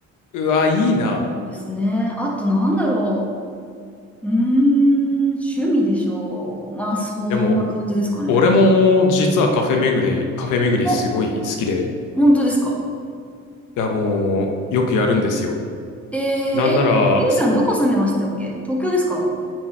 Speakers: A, on the left; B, in the centre.
A: うわー、いいな。
B: <laughs> ですね。あとなんだろう。うーん、趣味でしょう。まあ、そんな感じですかね。
A: でも、俺も実はカフェ巡り、カフェ巡りすごい好きで、
B: お、本当ですか。
A: いや、もう、よくやるんですよ。
B: えー、え、
A: なんなら、
B: ゆいさんどこ住んでましたっけ東京ですか
A: す